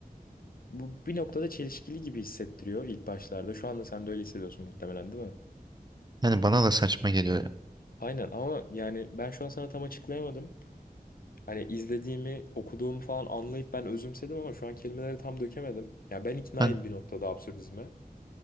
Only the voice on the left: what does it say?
Bu bir noktada çelişkili gibi hissettiriyor ilk başlarda. Şu anda sen de öyle hissediyorsun muhtemelen değil mi?
Aynen ama yani ben şu an sana tam açıklayamadım. Hani izlediğimi, okuduğumu falan anlayıp ben özümsedim ama şu an kelimeleri tam dökemedim. Ya ben iknaayım
bir noktada absürdizme.